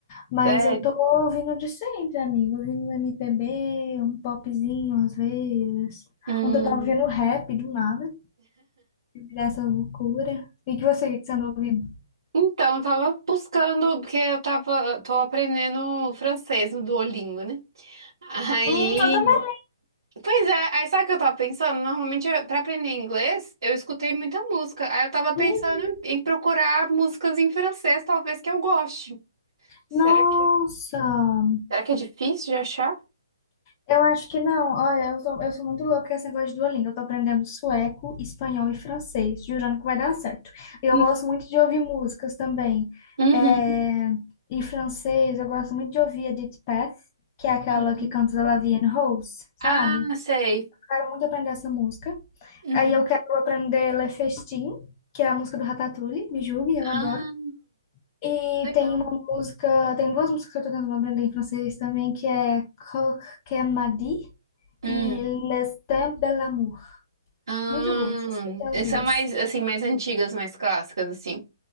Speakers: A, on the left (about 25°); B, on the right (about 85°).
A: Mas
B: Sério?
A: eu tô ouvindo de sempre, amigo. Ouvindo um MPB, um popzinho às vezes.
B: Hum,
A: Ontem eu tava ouvindo rap do nada, dessa loucura. E que você, o que você anda ouvindo?
B: então, eu tava buscando, porque eu tava, tô aprendendo francês no Duolingo, né? Aí,
A: Hum, eu também.
B: pois é, aí sabe o que eu tava pensando? Normalmente, eu- pra aprender inglês, eu escutei muita música. Aí eu tava pensando
A: Uhum.
B: em em procurar músicas em francês, talvez que eu goste. Será
A: Nossa!
B: que Será que é difícil de achar?
A: Eu acho que não. Olha, eu sou, eu sou muito louca com esse negócio de Duolingo. Eu tô aprendendo sueco, espanhol e francês, jurando que vai dar certo. E
B: Hum,
A: Eu gosto muito de ouvir músicas também.
B: Uhum,
A: É, Em francês, eu gosto muito de ouvir Edith Piaf, que é aquela
B: uhum.
A: que canta La Vie en Rose, sabe?
B: Ah, sei.
A: Quero muito aprender essa música.
B: Uhum.
A: Aí eu quero aprender Le Festin, que é a música do Ratatouille, me julgue, eu adoro.
B: Ah,
A: E
B: legal.
A: tem uma música, tem duas músicas que eu tô tentando aprender em francês também, que é Coq que Madi
B: Hum.
A: e L'Estin Belamour.
B: Ah,
A: Muito bom, escutei as duas.
B: são mais, assim, mais antigas, mais clássicas, assim.